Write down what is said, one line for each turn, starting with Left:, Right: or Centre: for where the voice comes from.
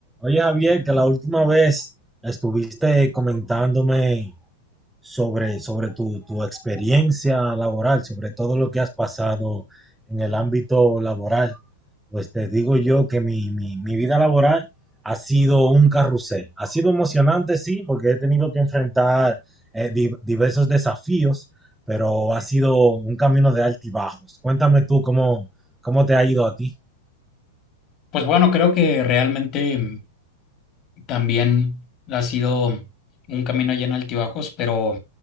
Centre: Oye, Javier, que la última vez estuviste comentándome sobre, sobre tu, tu experiencia laboral, sobre todo lo que has pasado en el ámbito laboral. Pues te digo yo que mi, mi, mi vida laboral ha sido un carrusel. Ha sido emocionante, sí, porque he tenido que enfrentar eh, di- diversos desafíos, pero ha sido un camino de altibajos. Cuéntame tú cómo, cómo te ha ido a ti.
Left: Pues bueno, creo que realmente mm, también ha sido un camino lleno de altibajos, pero,